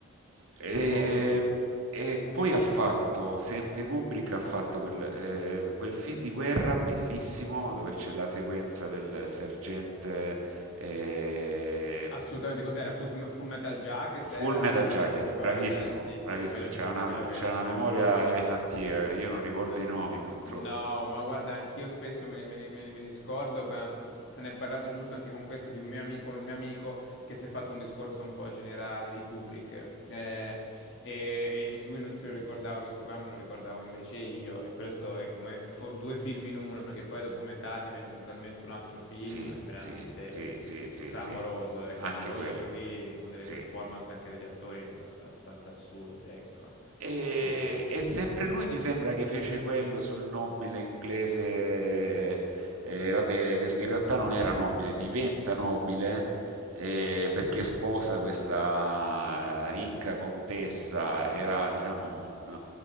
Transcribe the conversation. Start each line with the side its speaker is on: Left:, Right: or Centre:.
Right: E,
Left: un po' così.
Right: e poi ha fatto, sempre Kubrick ha fatto quel, eh, quel film di guerra bellissimo dove c'è la sequenza del sergente eh,
Left: Assolutamente, cos'era? Food- Full, Metal Jacket
Right: Full
Left: era
Right: Metal Jacket,
Left: suo, mi pare.
Right: bravissimo,
Left: Eh, sì,
Right: bravissimo,
Left: sì, quello,
Right: c'è
Left: c'è-
Right: una,
Left: quello che,
Right: c'è una
Left: mamma
Right: memoria
Left: mia.
Right: elefantica,
Left: mm,
Right: io non ricordo
Left: N-
Right: i nomi purtroppo.
Left: No, ma guarda, anch'io spesso me, me- me- me li scordo, ma s- se ne è parlato giusto anche con questo di un mio ami- con un mio amico che si è fatto un discorso un po' generale di Kubrick eh, e, e lui non se lo ricordava questo qua, me lo ricordavo invece io e questo è come è fo- due film in uno perché poi dopo metà diventa totalmente un altro film,
Right: Sì,
Left: è veramente
Right: sì, sì, sì, sì,
Left: Clamoroso,
Right: sì,
Left: è clamoroso
Right: anche quello,
Left: anche lì con delle
Right: sì.
Left: performance anche degli attori abbastanza assurde, ecco.
Right: E,
Left: Sì, sì,
Right: e
Left: assolutamente.
Right: sempre lui mi sembra che fece quello sul nobile inglese, eh, vabbè, in realtà non era nobile, diventa nobile eh, perché sposa questa ricca contessa, era diciamo un, eh,